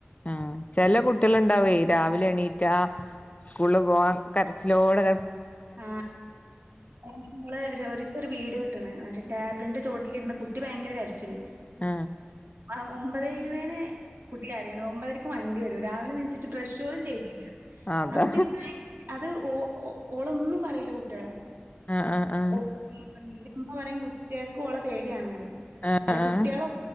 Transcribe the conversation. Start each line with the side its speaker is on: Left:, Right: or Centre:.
Left: ആ ചെല കുട്ടികളുണ്ടാവേ രാവിലെ എണീറ്റാ സ്കൂള് പോവാൻ കര സ്ലോട്
Right: ആ നമ്മ <unintelligible> ഒരു വീഡിയോ ഇട്ടണ് മറ്റെ ടാബിന്റെ ചോട്ടിലിരുന്ന് കു ട്ടി ഭയങ്കര കരച്ചില്
Left: ആ
Right: ആ ഒമ്പതേ ഇരുപതിന് കുട്ടി കയറിണ് ഒമ്പതരയ്ക്ക് വണ്ടി വരും രാവിലെ എണീ ച്ചിട്ട് ബ്രഷ് പോലും ചെയ്തില്ല
Left: അതാ
Right: ആ കുട്ടി അത് ഓ ഓ ഓളൊന്നും പറിയില്ല കുട്ടിളെ
Left: ആ ആ
Right: <unintelligible> ഉമ്മ പറയും കുട്ടികൾക്ക് ഒളെ പേടിയാണ് അല്ല
Left: ആ ആ
Right: കുട്ടികള
Left: ആ